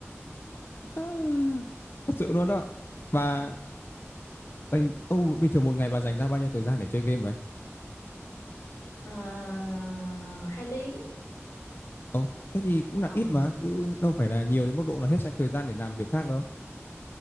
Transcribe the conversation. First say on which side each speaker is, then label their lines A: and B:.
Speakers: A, on the left; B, on the left.
A: À, thật sự luôn đó bà dành ô bình thường một ngày bà dành ra bao nhiêu thời gian để chơi game vậy
B: à, hai tiếng
A: Ồ, thế thì cũng
B: còn
A: là ít mà chứ đâu phải là nhiều đến mức độ là hết sạch thời gian để làm việc khác đâu